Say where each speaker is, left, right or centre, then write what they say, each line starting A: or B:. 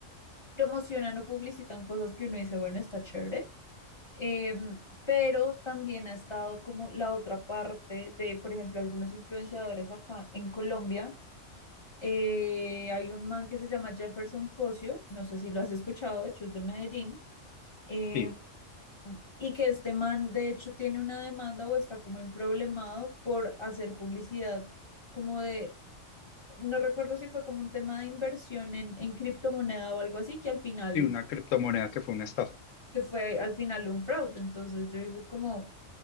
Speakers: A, on the left; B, on the left.
A: promocionan o publicitan cosas que uno dice, bueno, está chévere, em, pero también ha estado como la otra parte de, por ejemplo, algunos influenciadores acá en Colombia. eh, hay un man que se llama Jefferson Cosio, no sé si lo has escuchado, de hecho es de Medellín, em,
B: Sí,
A: y que este man de hecho tiene una demanda o está como en problemado por hacer publicidad como de no recuerdo si fue como un tema de inversión en, en criptomoneda o algo así, que al final,
B: sí, una criptomoneda que fue una estafa.
A: que fue al final un fraude. Entonces yo digo como,